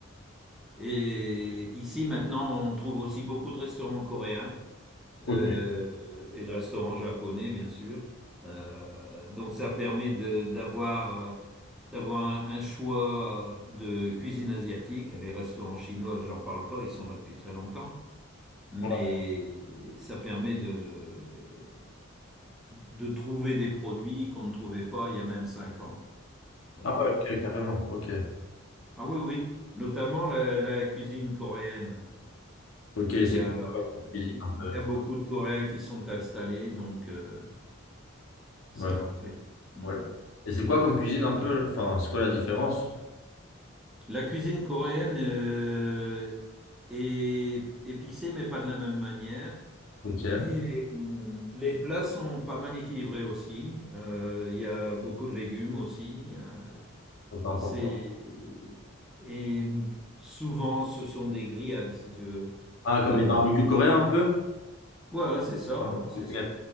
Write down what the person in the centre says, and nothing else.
Et ici, maintenant, on trouve aussi beaucoup de restaurants coréens. euh,
et de restaurants japonais, bien sûr. Euh, donc ça permet de- d'avoir euh, d'avoir un, un choix de cuisine asiatique. Les restaurants chinois, j'en parle pas, ils sont là depuis très longtemps. Mais
ça permet de, de trouver des produits qu'on ne trouvait pas il y a même cinq ans. Euh,
ah oui, oui, notamment la, la cuisine coréenne.
Il
y a,
euh,
il
y a beaucoup de Coréens qui sont installés, donc euh, Ça
leur plaît. Hmm.
La cuisine coréenne euh, est épicée, mais pas de la même manière.
Et hmm, les plats sont pas mal équilibrés aussi. Euh, Il y a beaucoup de légumes aussi. Euh,
c'est et souvent ce sont des grillades, si tu veux.
Euh,
voilà, c'est ça.
Oui, c'est
ça.